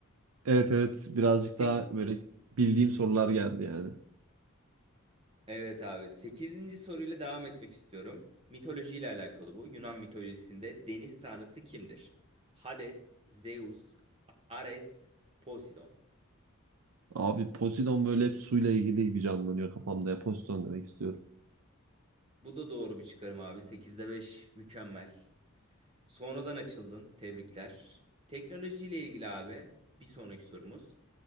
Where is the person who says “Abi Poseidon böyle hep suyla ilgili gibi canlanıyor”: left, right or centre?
Right